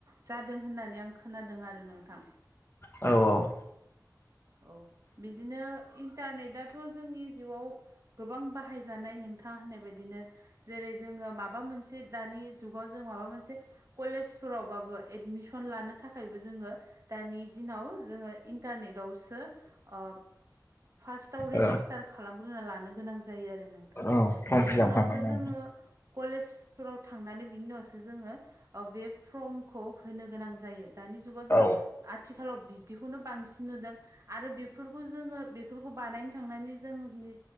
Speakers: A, on the right; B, on the left.
A: जादों होननानै आं खोनादों आरो नोंथां
B: औ औ
A: औ बिदिनो इन्टारनेटथ' जोंनि जिउआव गोबां बाहायजानाय नोंथाङा होननाय बायदिनो जेरै जोङो माबा मोनसे दानि जुगाव जों माबा मोनसे कलेजफोरावबाबो एडमिसन लानो थाखायबो जोङो दानि दिनाव जोङो इन्टारनेटआवसो ओ फार्स्टआव रेजिस्टार
B: औ
A: खालामग्रोना लानो गोनां जायो आरो नोंथां
B: औ फर्म
A: बेनि
B: फिलाप
A: उनावसो
B: खालामनांगौ
A: जोङो कलेजफोराव थांनानै बिनि उनावसो जोङो ओ बे फर्मखौ होनो गोनां जायो दानि जुगाव जों
B: औ
A: आथिखालाव बिदिखौनो बांसिन नुदों आरो बेफोरखौ जोङो बेफोरखौ बानायनो थांनानै जोंनि